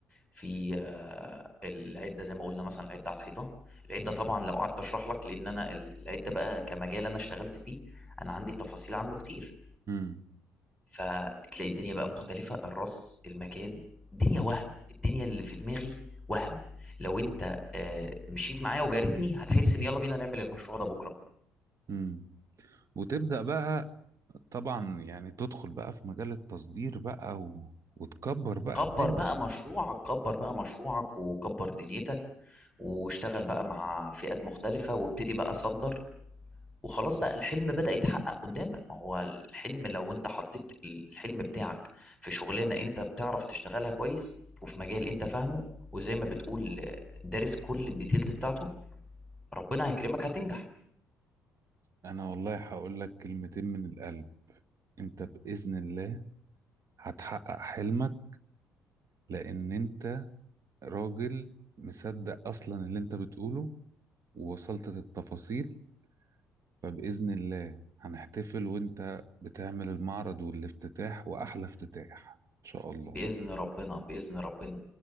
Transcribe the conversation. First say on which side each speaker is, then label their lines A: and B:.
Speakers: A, in the centre; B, on the right (about 45°).
A: في آه، العده زي ما قلنا مثلا العده على الحيطه العده طبعا لو قعدت اشرح لك لان انا العده بقى كمجال انا اشتغلت فيه انا عندي تفاصيل عنه كتير
B: امم
A: فتلاقي الدنيا بقى مختلفه الرص المكان الدنيا وهم الدنيا اللي في دماغي وهم لو انت آه، مشيت معايا وجارتني هتحس ان يلا بينا نعمل المشروع ده بكره
B: امم وتبدأ بقى طبعا يعني تدخل بقى في مجال التصدير بقى و... وتكبر بقى
A: كبر
B: الدنيا
A: بقى مشروعك كبر بقى مشروعك وكبر دنيتك واشتغل بقى مع فئات مختلفة وابتدي بقى صدر وخلاص بقى الحلم بدأ يتحقق قدامك ما هو الحلم لو انت حطيت الحلم بتاعك في شغلانة انت بتعرف تشتغلها كويس وفي مجال انت فاهمه وزي ما بتقول دارس كل الديتيلز بتاعته ربنا هيكرمك هتنجح
B: انا والله هقول لك كلمتين من القلب انت بإذن الله هتحقق حلمك لان انت راجل مصدق اصلا اللي انت بتقوله ووصلت للتفاصيل فبإذن الله هنحتفل وانت بتعمل المعرض والافتتاح واحلى افتتاح ان شاء الله
A: بإذن ربنا بإذن ربنا